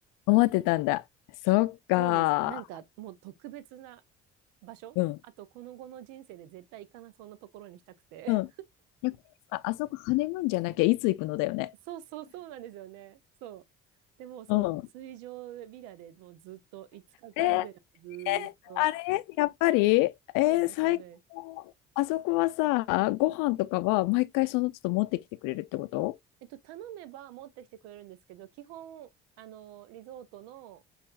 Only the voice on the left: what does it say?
思ってたんだ。そっか。
うん。
うん。逆にさあそこハネムーンじゃなきゃいつ行くのだよね。
うん。
えあれやっぱりえ
ー最高。
あそこはさ、ご飯とかは毎回その都度持ってきてくれるってこと